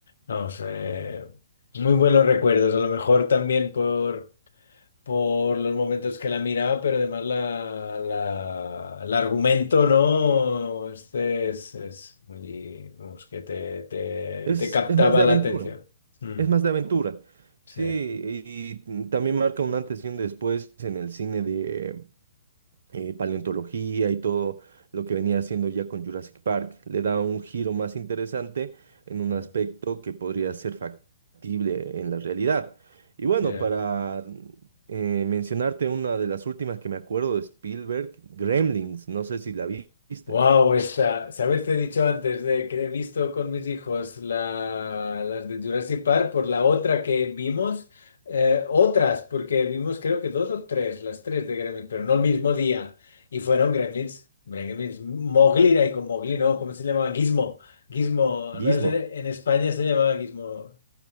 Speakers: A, on the left; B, on the right.
A: Vamos, eh, muy buenos recuerdos, a lo mejor también por, por los momentos que la miraba, pero además la, la- el argumento, ¿no? Este es, es muy, vamos, que te, te,
B: Es,
A: te captaba
B: es más de aventura.
A: la atención. Mm,
B: Es más de aventura. Sí,
A: sí.
B: y y también marca un antes y un después en el cine de eh, paleontología y todo lo que venía haciendo ya con Jurassic Park. Le da un giro más interesante en un
A: mm,
B: aspecto que podría ser factible en la realidad. Y bueno,
A: ya.
B: para eh, mencionarte una de las últimas que me acuerdo de Spielberg, Gremlins, no sé si la vi- viste.
A: Wow, esta, ¿sabes? Te he dicho antes de que he visto con mis hijos la, las de Jurassic Park por la otra que vimos, eh, otras, porque vimos creo que dos o tres, las tres de Gremlins, pero no el mismo día. Y fueron Gremlins, Gremlins, Mowgli, ahí con Mowgli, ¿no? ¿Cómo se llamaba? Gizmo, Gizmo, al
B: Gizmo.
A: menos en, en España se llamaba Gizmo,